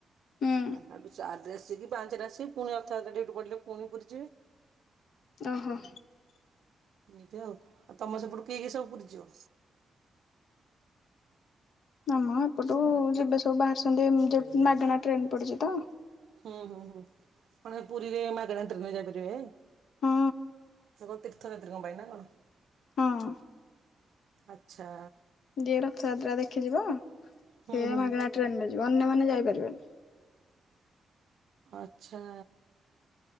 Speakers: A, on the left; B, on the right.
A: ହୁଁ
B: <unintelligible> ବେସିକି ପାଞ୍ଚରେ ଆସିବି ପୁଣି <unintelligible> ଡୁଟି ପୁଣି ପୁରୀ ଯିବି।
A: ଓହୋ।
B: ଏମିତି ଆଉ ଆଉ ତମ ସେପଟୁ କି କି ସବୁ ପୁରି ଯିବ?
A: ମାମ ଏପଟୁ ଯିବେ ସବୁ ବାହାରିଛନ୍ତି ଯୋଉ ମାଗଣା ଟ୍ରେନ ପଡିଛି ତ।
B: ହୁଁ ହୁଁ ହୁଁ ମଣେ ପୁରୀରେ ମାଗଣା ଟ୍ରେନ ଯାଇପାରିବେ ହେ?
A: ହଁ
B: ସେ କଣ ତୀର୍ଥ ଯାତ୍ରୀଙ୍କ ପାଇଁ ନା କଣ?
A: ହଁ।
B: ଆଛା।
A: ଯିଏ ରଥଯାତ୍ରା ଦେଖିଯିବ।
B: ହୁଁ
A: ସିଏ
B: ହୁଁ
A: ମାଗଣା ଟ୍ରେନରେ ଯିବ। ଅନ୍ୟମାନେ ଯାଇପାରିବେନି।
B: ଆଚ୍ଛା।